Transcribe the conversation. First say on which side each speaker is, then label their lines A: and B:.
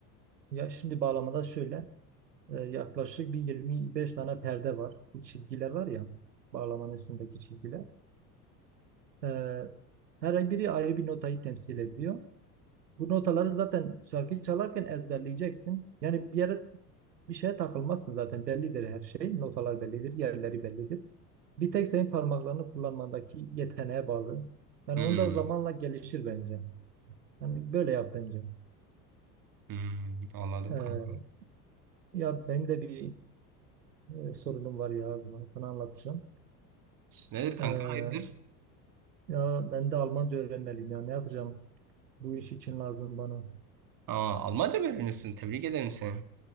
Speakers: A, on the right; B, on the right.
A: ya şimdi bağlamada şöyle e, yaklaşık bir 25 tane perde var. Bu çizgiler var ya bağlamanın üstündeki çizgiler. E, her biri ayrı bir notayı temsil ediyor. Bu notaları zaten şarkıyı çalarken ezberleyeceksin. Yani bir yere Bir şeye takılmazsın zaten. Bellidir her şey. Notalar bellidir. Yerleri bellidir. Bir tek senin parmaklarını kullanmandaki yeteneğe bağlı. Yani
B: Hmm.
A: onda zamanla gelişir bence. yani böyle yap bence.
B: Hmm, anladım
A: Ee,
B: kanka.
A: ya benim de bir e, sorunum var ya. Bunu sana anlatacağım.
B: Nedir kanka?
A: Ee,
B: Hayırdır?
A: ya ben de Almanca öğrenmeliyim ya. Ne yapacağım? Bu iş için lazım bana.
B: Aa, Almanca mı öğreniyorsun? Tebrik ederim seni.